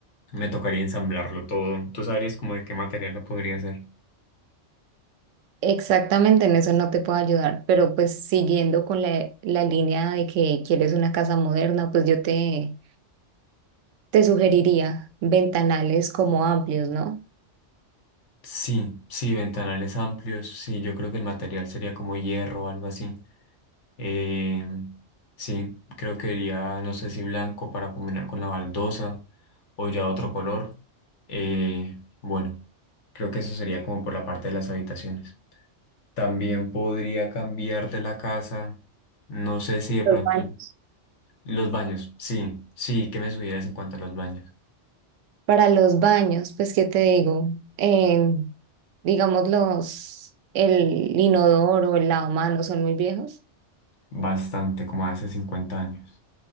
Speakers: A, on the left (about 70°); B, on the right (about 80°).
A: Me tocaría ensamblarlo todo. ¿Tú sabrías como de qué material lo podría hacer?
B: Exactamente en eso no te puedo ayudar, pero pues siguiendo con la, la línea de que quieres una casa moderna, pues yo te, te sugeriría ventanales como amplios, ¿no?
A: Sí, sí, ventanales amplios. Sí, yo creo que el material sería como hierro o algo así. Eh, sí, creo que iría, no sé si blanco para combinar con la baldosa o ya otro color. Eh, bueno, creo que eso sería como por la parte de las habitaciones. También podría cambiar de la casa, no sé si de pronto
B: Los baños.
A: los baños. Sí, sí, que me sugieras en cuanto a los baños.
B: Para los baños, pues, ¿qué te digo? Eh, digamos, los, el inodoro o el lavamanos son muy viejos.
A: Bastante, como hace 50 años.